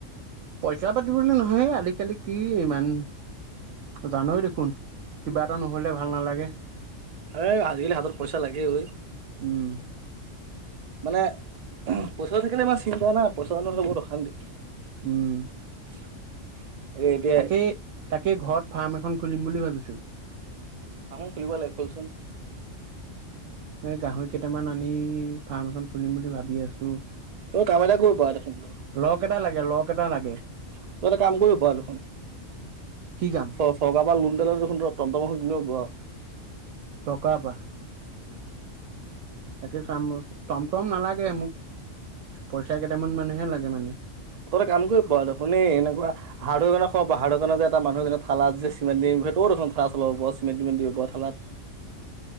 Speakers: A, on the right; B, on the right.
A: পইচা-পাতি বুলি নহয় আজিকালি কি ইমান জানয় দেখোন কিবা এটা নহলে ভাল নালাগে।
B: এই আজিকালি হাতত পইচা লাগে ঐ।
A: উম,
B: মানে পইচাটো থাকিলে ইমান চিন্তা নাই পইচা নহ'লে বহুত অশান্তি।
A: উম।
B: <inaudible> এ এতিয়া
A: তাকেই তাকেই ঘৰত ফাৰ্ম এখন খুলিম বুলি ভাবিছো।
B: আহো খুলিব লাগে খলচোন।
A: এই গাহৰি কেইটামান আনি ফাৰ্ম এখন খুলিম বুলি ভাবি আছো।
B: তই কাম এটা কৰিব পাৰ দেখোন। তই
A: লগ এটা লাগে লগ এটা লাগে
B: এটা কাম কৰিব দেখোন।
A: কি কাম
B: চ চৰকাৰ পৰা লোন এটা লৈ দেখোন তম তম এখন কিনি লব পাৰ।
A: চৰকাৰৰ পৰা। তাকে চাম টমটম নালাগে মোক। পইচা কেইটামান মানেহে লাগে মানে
B: ত ততে কাম কৰিব পোৱা দে শুনে এনেকুৱা-। - হাতদোকান হাতদোকান যে এটা মানুহ যেনে থালাত যে চিমেণ্ট দি সেইও দেখখন থালা চলাব চিমেণ্ট দিব পাৰ থালাত।